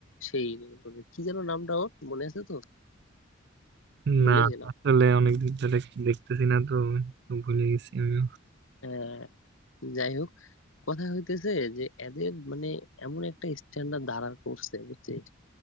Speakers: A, on the left; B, on the right.
A: সেই বল করে কি যেন নামটা ওর মনে আছে তো ভুলে
B: না
A: গেলাম
B: আসলে অনেকদিন ধরে দেখতেছি না তো তো ভুলে গেছি আমি
A: আহ, যাই হোক কথা হইতেছে যে এদের মানে এমন একটা স্ট্যান্ডার্ড দাঁড়ার করছে বুঝছিস